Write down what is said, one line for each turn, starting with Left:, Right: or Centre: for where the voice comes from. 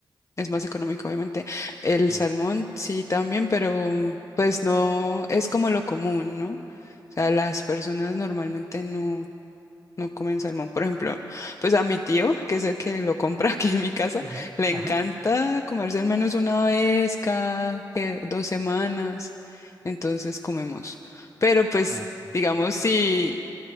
Left: es más económico, obviamente. El
Right: ya,
Left: salmón sí también, pero pues no es como lo común, ¿no? O sea, las personas normalmente no. no comen salmón. Por ejemplo, pues a mi tío, que es el que lo compra <laughs> aquí en mi casa,
Right: ya,
Left: le
Right: ajá.
Left: encanta comerse al menos una vez cada que, dos semanas. Entonces comemos. Pero pues,
Right: Ah,
Left: digamos,
Right: ya,
Left: si,